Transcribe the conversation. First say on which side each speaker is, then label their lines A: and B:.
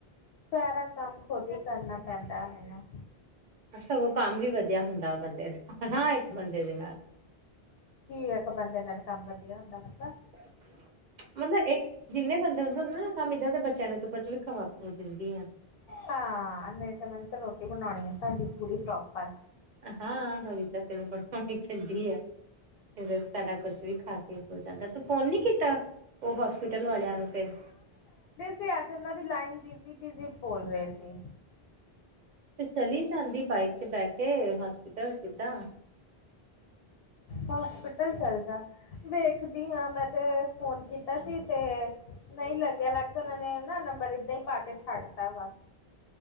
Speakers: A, on the left (about 70°); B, on the right (about 50°).
A: ਸਾਰਾ ਕੰਮ ਖੁਦ ਈ ਕਰਨਾ ਪੈਂਦਾ ਮੈਨੂੰ।
B: ਸਗੋਂ ਕੰਮ ਵੀ ਵਦਿਆ ਹੁੰਦਾ ਵ ਬੰਦੇ ਦਾ ਹਾਂ ਇੱਕ ਬੰਦੇ ਦੇ ਨਾਲ।
A: ਕੀਏ ਇੱਕ ਬੰਦੇ ਨਾਲ ਕੰਮ ਵਦਿਆ ਹੁੰਦਾ ਮਤਲਬ
B: <inaudible> ਮਤਲਬ ਇੱਕ ਜਿੰਨੇ ਬੰਦੇ ਹੁੰਦੇ ੳਨਾ ਕੰਮ ਇਦਾਂ ਦੇ ਬੱਚੇਆਂ ਨੂੰ ਤਾਂ ਕੁਛ ਵੀ ਖਵਾ ਖੁਵੁ ਦਿੰਦੀ ੲ।
A: ਹਾਂ, ਨਈ ਤੇ ਮੈਨੂੰ ਤੇ ਰੋਟੀ ਬਣਾਉਨੀ ਏ, ਤੁਹਾਡੀ ਪੂਰੀ ਪ੍ਰੋਪਰ।
B: ਆਹਾਂ ਹੋਈ ਤਾਂ ਤੇਨੂੰ ਬਰਫੀ ਠੰਡੀ ੲ, ਫਿਰ ਸਾਡਾ ਕੁਛ ਵੀ ਖਾ ਕੇ। ਹੋ ਜਾਂਦਾ, ਤੂੰ ਫੋਨ ਨੀ ਕੀਤਾ, ਉਹ ਹੋਸਪਿਟਲ ਵਾਲਿਆਂ ਨੂੰ ਫੇਰ।
A: ਤੇ ਅੱਜ ਉਹਨਾਂ ਦੀ ਲਾਈਨ ਬਿਜੀ- ਬਿਜ਼ੀ ਬੋਲ ਰਹੇ ਸੀ।
B: ਤੇ ਚਲੀ ਜਾਂਦੀ ਬਾਈਕ 'ਚ ਬਹਿ ਕੇ, ਹੋਸਪਿਟਲ ਸਿੱਦਾ।
A: ਹੋਸਪਿਟਲ ਚੱਲ ਜਾ, ਵੇਖਦੀ ਆਂ ਮੈਂ ਤੇ ਫੋਨ ਕੀਤਾ ਸੀ, ਤੇ ਨਈ ਲੱਗੇਆ ਲੱਗਦਾ, ਉਹਨਾਂ ਨੇ ਨਾ ਨੰਬਰ ਏਦਾਂ ਈ ਪਾ ਕੇ ਛੱਡ ਤਾ ਵਾ।